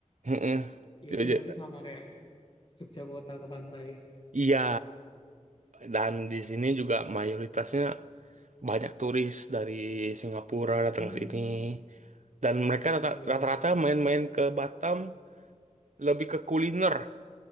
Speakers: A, on the right (about 70°); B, on the left (about 40°).
A: Heeh.
B: ya
A: Jadi-
B: itu
A: jadi-
B: berarti sama kayak Jogja kota ke pantai.
A: Iya. Dan di sini juga mayoritasnya banyak turis dari Singapura datang
B: Hmm,
A: ke sini. Dan mereka rata-
B: iya
A: rata-rata
B: iya.
A: main-main ke Batam lebih ke kuliner